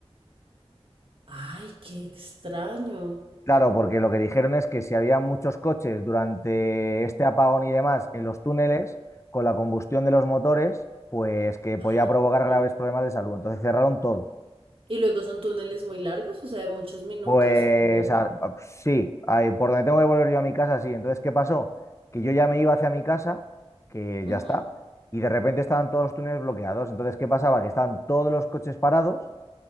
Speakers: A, on the right; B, on the left.
A: Ay, qué extraño.
B: Claro, porque lo que dijeron es que si había muchos coches durante este apagón y demás en los túneles, con la combustión de los motores, pues que podía
A: Ay,
B: provocar
A: sí.
B: graves problemas de salud. Entonces cerraron todo.
A: y luego son túneles muy largos, o sea, de muchos minutos.
B: Pues
A: o-
B: a- a- sí, ahí, por donde tengo que volver yo a mi casa, sí. Entonces, ¿qué pasó? Que yo ya me iba hacia mi casa, que ya
A: Ujú,
B: está, y de repente estaban todos los túneles bloqueados. Entonces, ¿qué pasaba? Que estaban todos los coches parados